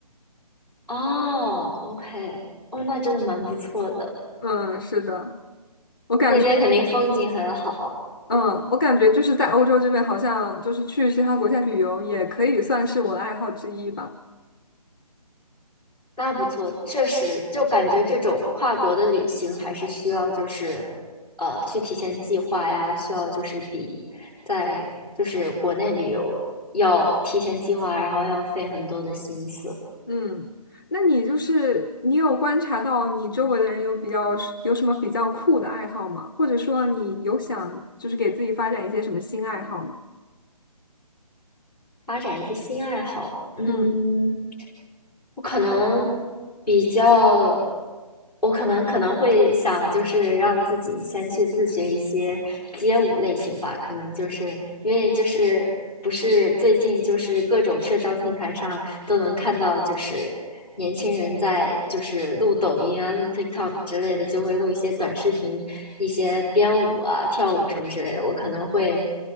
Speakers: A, in the centre; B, on the left.
A: 哦，OK，哦，那真的蛮不错的，
B: 嗯，是的，我感觉，
A: 那边肯定风景很好。
B: 嗯，我感觉就是在欧洲这边，好像就是去其他国家旅游也可以算是我的爱好之一吧。
A: 那不错，确实，就感觉这种跨国的旅行还是需要就是，呃，去提前计划呀，需要就是比在就是国内旅游要提前计划，然后要费很多的心思，
B: 嗯，那你就是你有观察到你周围的人有比较有什么比较酷的爱好吗？或者说你有想就是给自己发展一些什么新爱好吗？
A: 发展一些新爱好吧嗯，
B: 嗯，
A: 我可能比较，我可能可能会想，就是让自己先去自学一些街舞类型吧。可能就是因为就是不是最近就是各种社交平台上都能看到，就是年轻人在就是录抖音啊、录 TikTok 之类的，就会录一些短视频、一些编舞啊、跳舞什么之类的。我可能会。